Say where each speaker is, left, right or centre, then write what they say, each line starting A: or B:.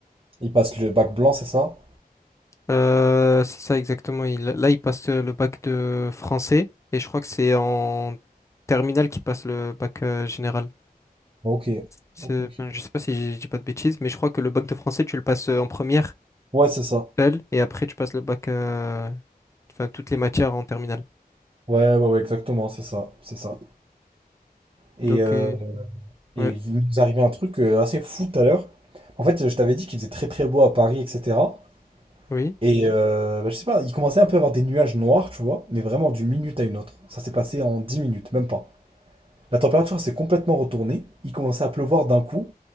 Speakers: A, on the right (about 35°); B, on the left (about 20°).
A: Il passe le bac blanc, c'est ça?
B: Euh, c'est ça exactement. Il- là, il passe euh, le bac de français et je crois que c'est en terminale qu'il passe le bac euh, général.
A: Ok.
B: C'est-
A: Ok, ok.
B: enfin, je sais pas si je dis pas de bêtises, mais je crois que le bac de français, tu le passes euh, en première
A: Ouais, c'est ça.
B: seul et après tu passes le bac, euh, enfin toutes les matières en terminale.
A: Ouais, ouais, ouais, exactement, c'est ça, c'est ça. Et,
B: Donc,
A: euh,
B: euh,
A: et
B: ouais,
A: il nous arrivait un truc euh, assez fou tout à l'heure. En fait, je t'avais dit qu'il faisait très très beau à Paris, etc.
B: oui,
A: Et euh, bah, je sais pas, il commençait un peu à avoir des nuages noirs, tu vois, mais vraiment d'une minute à une autre. Ça s'est passé en 10 minutes, même pas. La température s'est complètement retournée. Il commençait à pleuvoir d'un coup.